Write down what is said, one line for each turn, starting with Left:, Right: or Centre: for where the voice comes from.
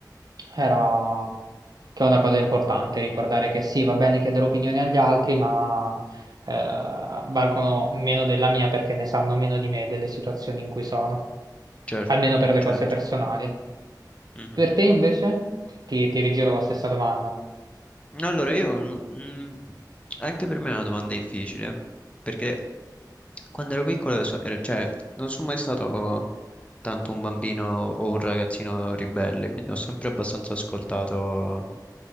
Right: era che è una cosa importante, ricordare che sì, va bene chiedere opinioni agli altri, ma eh, valgono meno della mia perché ne sanno meno di me delle situazioni in cui sono,
Left: certo,
Right: almeno per le
Left: certo.
Right: cose personali.
Left: mhm.
Right: Per te invece? Ti, ti rigiro la stessa domanda.
Left: Allora, io mm, anche per me è una domanda difficile, perché quando ero piccolo, so- ero- cioè, non sono mai stato tanto un bambino o un ragazzino ribelle, quindi ho sempre abbastanza ascoltato